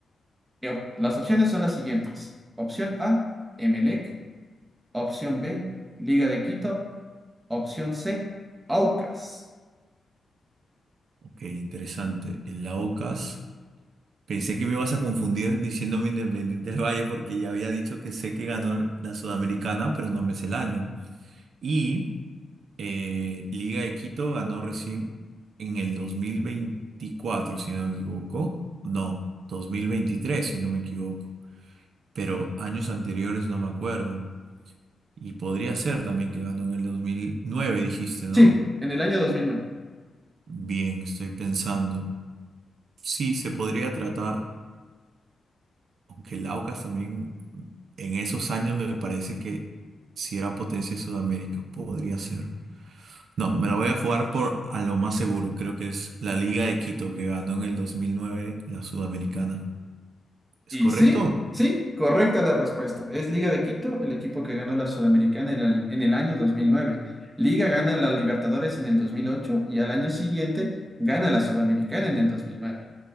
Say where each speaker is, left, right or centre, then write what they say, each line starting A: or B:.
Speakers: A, on the right (about 20°); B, on the right (about 75°).
A: Y op- Las opciones son las siguientes. Opción A, Emelec. Opción B, Liga de Quito. Opción C, Aucas.
B: Ok, interesante. El Laucas Pensé que me ibas a confundir diciéndome Independiente del Valle porque ya había dicho que sé que ganó la Sudamericana, pero no me sé el año. Y eh, Liga de Quito ganó recién en el 2024, si no me equivoco. No, 2023, si no me equivoco. Pero años anteriores no me acuerdo. Y podría ser también que ganó en el 2009, dijiste, ¿no?
A: Sí, en el año 2009.
B: Bien, estoy pensando. Sí, se podría tratar Aunque el Aucas también en esos años me parece que si era potencia de Sudamérica, podría ser. No, me lo voy a jugar por a lo más seguro. Creo que es la Liga de Quito que ganó en el 2009 la Sudamericana. ¿Es
A: Y
B: correcto
A: sí,
B: o no?
A: sí, correcta la respuesta. Es Liga de Quito, el equipo que ganó la Sudamericana en el, en el año dos mil nueve Liga gana la Libertadores en el 2008 y al año siguiente gana la Sudamericana en el dos mil nueve